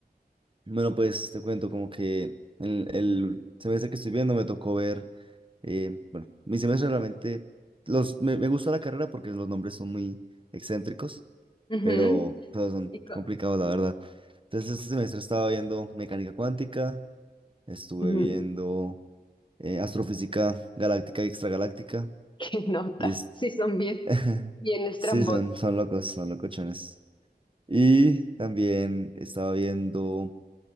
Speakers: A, on the right (about 30°); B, on the left (about 30°).
A: Bueno, pues te cuento como que el, el semestre que estoy viendo me tocó ver, eh, bueno, mi semestre realmente, los, me, me gusta la carrera porque los nombres son muy excéntricos,
B: Ujú,
A: pero, pero
B: <laughs>
A: son
B: y co-
A: complicados, la verdad. Entonces, este semestre estaba viendo mecánica cuántica, estuve
B: ujú,
A: viendo... eh, astrofísica galáctica y extragaláctica.
B: <laughs> ¿Qué nota?
A: Y es...
B: Sí, son bien,
A: <laughs>
B: bien estrambóticos.
A: sí, son, son locos, son locochones. Y también estaba viendo...